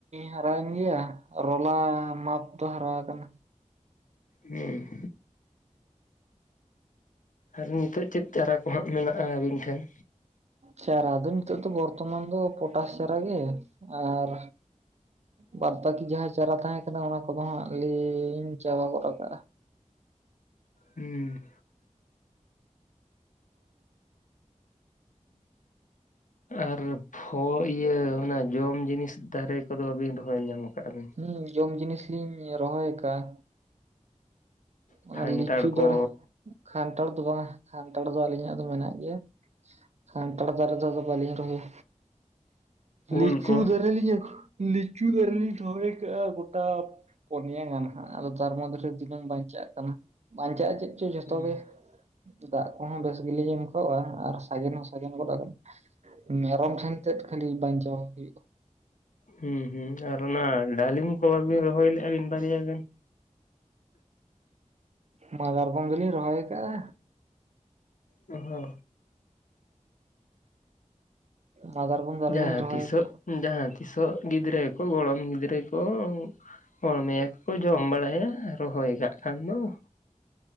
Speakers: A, on the right; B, on the left.
A: ᱦᱟᱨᱟᱭᱮᱱ ᱜᱮᱭᱟ ᱨᱚᱞᱟ ᱢᱟᱯ ᱫᱚ ᱦᱟᱨᱟ ᱠᱟᱱᱟ
B: ᱦᱮᱸ ᱟᱨ ᱱᱤᱛᱚᱜ ᱪᱮᱫ ᱪᱟᱨᱟ ᱠᱚ ᱦᱟᱸᱜ ᱢᱮᱱᱟᱜᱼᱟ ᱟᱹᱵᱤᱱ ᱴᱷᱮᱱ
A: ᱪᱟᱨᱟᱫᱚ ᱱᱤᱛᱚᱜ ᱫᱚ ᱵᱚᱨᱛᱚᱢᱟᱱ ᱫᱚ ᱯᱚᱴᱟᱥ ᱪᱟᱨᱟ ᱜᱮ ᱟᱨ ᱵᱟᱫᱽ ᱵᱟᱹᱠᱤ ᱡᱟᱦᱟᱸ ᱪᱟᱨᱟ ᱛᱟᱦᱮᱸ ᱠᱟᱱᱟ ᱚᱱᱟ ᱠᱚᱫᱚ ᱦᱟᱜ ᱞᱤᱧ ᱪᱟᱵᱟ ᱜᱚᱫ ᱠᱟᱜᱼᱟ
B: ᱦᱮᱸ ᱟᱨ ᱯᱷᱚ ᱤᱭᱟᱹ ᱚᱱᱟ ᱡᱚᱢ ᱡᱤᱱᱤᱥ ᱫᱟᱨᱮ ᱠᱚᱫᱚ ᱵᱤᱱ ᱨᱚᱦᱚᱭ ᱧᱟᱢ ᱟᱠᱟᱫᱼᱟ ᱵᱤᱱ
A: ᱦᱩ ᱡᱚᱢ ᱡᱤᱱᱤᱥᱞᱤᱧ ᱨᱚᱦᱚᱭ ᱠᱟᱜ
B: ᱠᱷᱟᱱᱴᱟᱲ
A: ᱚᱱᱟ ᱞᱤᱪᱩ
B: ᱠᱚ
A: ᱫᱟᱨᱮ ᱠᱷᱟᱱᱴᱷᱟᱲ ᱫᱚ ᱵᱟᱝ ᱟ ᱠᱷᱟᱱᱴᱷᱟᱲ ᱫᱚ ᱟᱹᱞᱤᱧᱟᱜ ᱫᱚ ᱢᱮᱱᱟᱜ ᱜᱮᱭᱟ ᱠᱷᱟᱱᱴᱷᱟᱲ ᱫᱟᱨᱮ ᱫᱚ ᱵᱟᱞᱤᱧ ᱨᱚᱦᱚᱭ ᱞᱤᱪᱩ
B: ᱩᱞ ᱠᱚ
A: ᱫᱟᱹᱨᱮ ᱞᱤᱧ ᱞᱤᱪᱩ ᱫᱟᱹᱨᱮ ᱞᱤᱧ ᱨᱚᱦᱚᱭ ᱜᱳᱴᱟ ᱯᱚᱱᱭᱟ ᱜᱟᱱᱼᱟ ᱟᱫᱚ ᱛᱟᱨ ᱢᱚᱫᱽᱫᱷᱮ ᱨᱮ ᱛᱤᱱᱟᱹᱢ ᱵᱟᱧᱪᱟᱜ ᱵᱟᱧᱪᱟᱜᱼᱟ ᱪᱮᱫ ᱪᱚ ᱡᱚᱛᱚ
B: ᱦᱩᱸ
A: ᱜᱮ ᱫᱟᱜ ᱠᱚᱦᱚᱸ ᱵᱮᱥ ᱜᱮᱞᱤᱧ ᱮᱢ ᱠᱟᱜ ᱟ ᱟᱨ ᱥᱟᱜᱮᱱ ᱦᱚᱸ ᱥᱡᱮᱱ ᱜᱚᱫ ᱠᱟᱱᱟ ᱢᱮᱨᱚᱢ ᱴᱷᱮᱱ ᱛᱮᱫ ᱠᱷᱟᱹᱞᱤ ᱵᱟᱧᱪᱟᱣ ᱦᱩᱭᱩᱜᱼᱟ
B: ᱦᱩᱸ ᱦᱩᱸ ᱟᱨ ᱚᱱᱟ ᱰᱟᱞᱤᱢ ᱠᱚ ᱵᱟᱵᱤᱱ ᱨᱚᱦᱚᱭ ᱞᱮᱫᱼᱟ ᱢᱤᱱ ᱵᱟᱨᱭᱟ ᱜᱟᱱ
A: ᱢᱟᱫᱟᱨᱜᱚᱢ ᱫᱚᱞᱤᱧ ᱨᱚᱦᱚᱭ ᱠᱟᱜᱼᱟ
B: ᱦᱚ
A: ᱢᱟᱫᱟᱨᱜᱚᱢ ᱫᱟᱨᱮ
B: ᱡᱟᱦᱟᱸ
A: ᱞᱤᱧ ᱨᱚᱦᱚᱭ
B: ᱛᱤᱥᱚᱜ
A: ᱠᱟᱜᱼᱟ
B: ᱡᱟᱦᱟᱸ ᱛᱤᱥᱚᱜ ᱜᱤᱫᱽᱨᱟᱹ ᱠᱚ ᱜᱚᱲᱚᱢ ᱜᱤᱫᱽᱨᱟᱹ ᱠᱚ ᱚ ᱱᱤᱭᱟᱹ ᱠᱩ ᱡᱚᱢ ᱵᱟᱲᱟᱭᱟ ᱨᱚᱦᱚᱭ ᱠᱟᱜ ᱠᱷᱟᱱ ᱫᱚ ᱾